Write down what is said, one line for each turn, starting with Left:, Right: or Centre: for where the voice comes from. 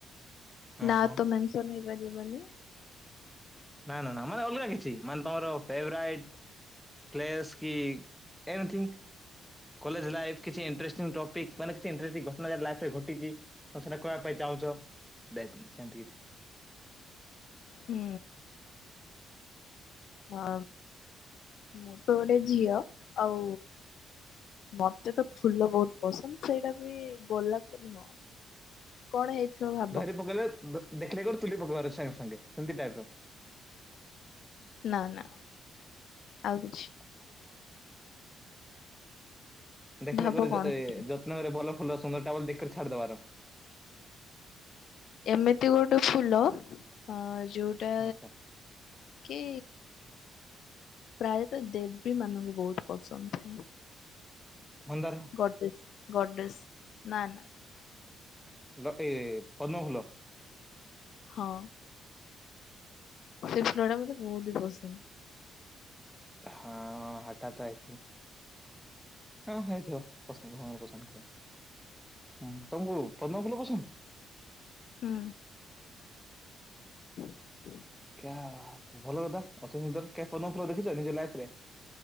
Centre: ହଁ
Left: ନାଁ
Centre: ହଁ
Left: ତ ମେନସନ୍ ହେଇପାରିବନି।
Centre: ନା ନା ମାନେ ଅଲଗା କିଛି ମାନେ ତୋମର ଫେବରାଇଟ୍। ପ୍ଲେସ୍ କି ଏନିଥିଙ୍ଗ କଲେଜ୍ ଲାଇଫ୍ କିଛି ଇଣ୍ଟରେଷ୍ଟିଙ୍ଗ ଟପିକ୍ ମାନେ କି କି ଇଣ୍ଟରେଷ୍ଟିଙ୍ଗ ଘଟଣା ଯା ଲାଷ୍ଟେ ରେ ଘଟିଚି ତ ସେଟା କହିବାପାଇଁ ଚାହୁଁଚ। ବେକ୍ ସେମିତି କିଛି।
Left: ହୁଁ। ହଁ ମୁଁ ତ ଗୋଟେ ଝିଅ ଆଉ ମୋତେ ତ ଫୁଲ ବହୁତ ପସନ୍ଦ। ସେଇଟା ବି ଗୋଲାପ ନୁହଁ। କଣ ହେଇଥିବ ଭା
Centre: ଧରି ପକେଇଲେ। ଦେ- ଦେଖିଲେ ଗର ତୁଲି ପକେଇବାର ସାଙ୍ଗେ ସାଙ୍ଗେ ସେମିତି ଟାଇପ୍ ର।
Left: ନା, ନା ଆଉ କିଛି।
Centre: <inaudible> ଦେଖିଲେ
Left: ଭାବ
Centre: କୋଉଠି
Left: କଣ
Centre: ଯେ
Left: ହେଇଥିବ
Centre: ଏ ଯତ୍ନ କରି ଭଲ ଫୁଲ ସୁନ୍ଦରଟା ବୋଲି ଦେଖ କରି ଛାଡିଦେବାର।
Left: ଏମିତି ଗୋଟେ ଫୁଲ ଅ, ଯୋଉଟା
Centre: ଆଚ୍ଛା
Left: କି ପ୍ରାୟତଃ ଦେବୀ ମାନଙ୍କୁ ବହୁତ ପସନ୍ଦ ଥାଏ।
Centre: ମନ୍ଦାର।
Left: ଗଡେସ ଗଡେସ ନା ନା।
Centre: ଲକେ ପଦ୍ମଫୁଲ।
Left: ହଁ। ସେ ଫୁଲ ଟା ମତେ ବହୁତି ପସନ୍ଦ।
Centre: ହଁ ହଠାତ <unintelligible> ହଁ ହେଇଥିବ ପସନ୍ଦ ଭଗବାନ ପସନ୍ଦ। ହଁ ତମକୁ ପଦ୍ମ ଫୁଲ ପସନ୍ଦ?
Left: ହୁଁ। <inaudible>
Centre: <unintelligible> ଭଲ କଥା ଅତି ସୁନ୍ଦର କେବେ ପଦ୍ମ ଫୁଲ ଦେଖିଚ ନିଜ ଲାଇଫ ରେ।